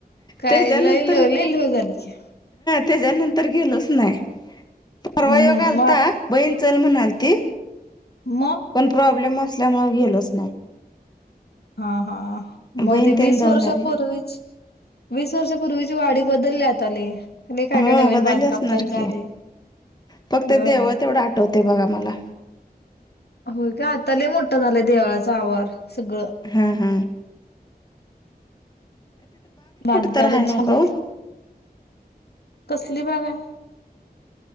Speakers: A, on the left; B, on the left.
A: काय
B: त्याच्यानंतर
A: लईल लई <unintelligible> झालत की
B: त्यज्यानंतर गेलोच नाय, परवा
A: हम्म
B: योग आलता
A: मग
B: बहीण चल म्हणालती
A: मग
B: पण प्रॉब्लेम असल्यामुळे गेलोच नाय.
A: हा हा मग
B: बहीण
A: ते
B: तेन
A: वीस
B: जाऊन
A: वर्षापूर्वीच
B: आली
A: वीस वर्षापूर्वीची वाडी बदलली आता लई <unintelligible> काय
B: हो
A: काय नवीन
B: बदलली
A: बांधकाम
B: असणार
A: तेन
B: की.
A: झाले
B: फक्त
A: वय
B: देवळ तेवढं आठवते बघा मला
A: होय काय आता लय मोठं झालाय देवाळाचा आवार सगळं
B: अ ह
A: बांधकाम
B: तर आहे नव्ह
A: <unintelligible>
B: का ओ
A: कसली बाग आय?